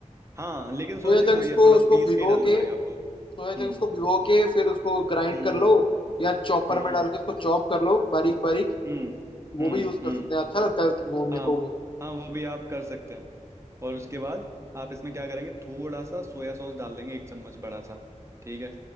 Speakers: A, on the right; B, on the left.
A: हाँ लेकिन सोया
B: सोया
A: चंक्स
B: चंक्स
A: वही है
B: को
A: थोड़ा
B: उसको
A: पीस
B: भिगो
A: के ही डालना
B: के
A: पड़ेगा आपको
B: सोया
A: हम्म
B: चंक्स को भिगो के फिर उसको ग्राइंड
A: हम्म
B: कर लो या चॉपर
A: हम्म
B: में डाल के उसको चॉप कर लो बारीक बारीक
A: हम्म
B: वो
A: हम्म
B: भी यूज कर
A: हम्म
B: सकते हैं अच्छा लगता है वो मेरे
A: हाँ
B: को वो
A: हाँ वो भी आप कर सकते हैं और उसके बाद आप इसमें क्या करेंगे थोड़ा सा सोया सॉस डाल देंगे एक चम्मच बड़ा सा ठीक है